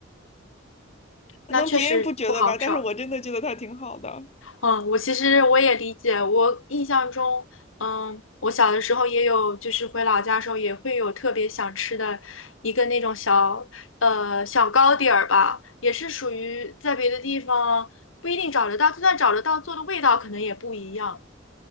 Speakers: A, on the left (about 35°); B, on the left (about 80°).
A: 可能别人不觉得吧，
B: 那确实不好找。
A: 但是我真的觉得它挺好的。
B: 嗯，我其实我也理解。我印象中，嗯，我小的时候也有，就是回老家的时候也会有特别想吃的一个那种小，呃，小糕点儿吧，也是属于在别的地方不一定找得到，就算找得到，做的味道可能也不一样。